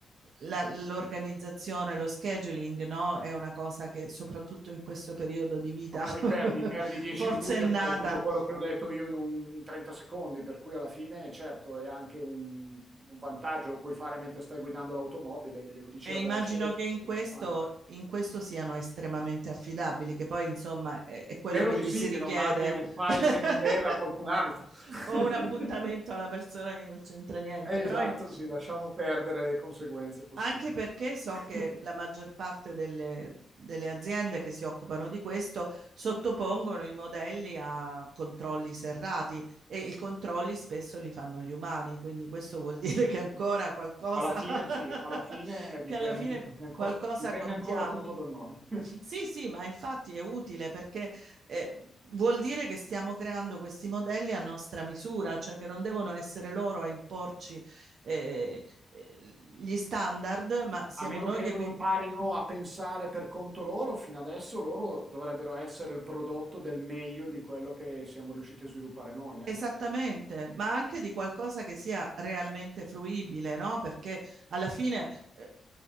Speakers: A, on the right; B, on the right.
A: la- l'organizzazione, lo scheduling, no, è una cosa che soprattutto in questo periodo di vita
B: No,
A: <laughs>
B: poi perdi, perdi 10
A: forsennata
B: minuti a fare tutto quello che ho detto io in, un- in 30 secondi, per cui alla fine, certo, è anche un, un vantaggio, lo puoi fare mentre stai guidando l'automobile, glielo dici
A: E
B: a
A: immagino
B: voce e
A: che in
B: tutto
A: questo,
B: quanto.
A: in questo siano estremamente affidabili, che poi insomma è, è quello
B: Spero
A: che
B: di
A: gli
B: sì,
A: si richiede.
B: che non mandi un file
A: <laughs>
B: che non deve a qualcun altro. <laughs>
A: Ho un appuntamento alla persona che non c'entra niente,
B: Eh,
A: però
B: Esatto,
A: im-
B: sì, lasciamo perdere le conseguenze possibili.
A: anche perché so
B: <laughs>
A: che la maggior parte delle, delle aziende che si occupano di questo sottopongono i modelli a controlli serrati e i controlli spesso li fanno gli umani, quindi questo vuol <laughs> dire che ancora qualcosa,
B: Alla fine
A: <laughs>
B: sì, alla fine dipende,
A: che alla fine
B: dipende ancora,
A: qualcosa
B: dipende
A: contiamo.
B: ancora tutto da noi. <laughs>
A: Sì, sì, ma infatti è utile perché eh, vuol dire che stiamo creando questi modelli a nostra misura, cioè che non devono essere loro a imporci eh, eh, gli standard, ma siamo
B: A meno
A: noi
B: che
A: che...
B: non
A: com-
B: imparino a pensare per conto loro, fino adesso loro dovrebbero essere il prodotto del meglio di quello che siamo riusciti a sviluppare noi, ecco.
A: Esattamente, ma anche di qualcosa che sia realmente fruibile, no? Perché alla fine eh,